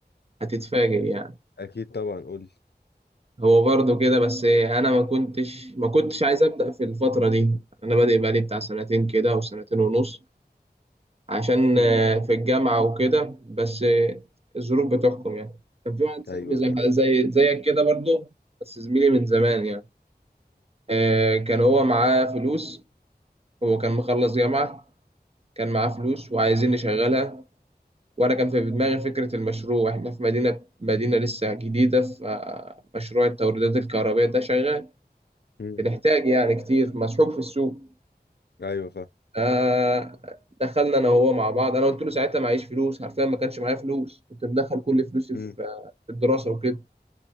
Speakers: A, on the right; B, on the left.
A: هتتفاجئ يعني
B: أكيد طبعا قول لي.
A: هو برضه كده بس انا ما كنتش ما كنتش عايز ابدا في الفتره دي انا بادئ بقالي بتاع سنتين كده او سنتين ونص عشان
B: مم.
A: آه، في الجامعه وكده بس آه، الظروف بتحكم يعني كان في واحد صاحبي
B: أيوه
A: زي
B: فاهم
A: زي- زيك كده برضه بس زميلي من زمان يعني آه، كان هو معاه فلوس هو كان مخلص جامعه كان معاه فلوس وعايزين نشغلها وانا كان في دماغي فكره المشروع احنا في مدينه مدينه لسه جديده فمشروع التوريدات الكهربائيه ده شغال
B: مم.
A: بنحتاج يعني كتير مسحوق في السوق
B: ايوه فاهم
A: آه دخلنا انا وهو مع بعض انا قلت له ساعتها معيش فلوس حرفيا ما كانش معايا فلوس كنت مدخل كل فلوسي
B: مم.
A: في آه، في الدراسه وكده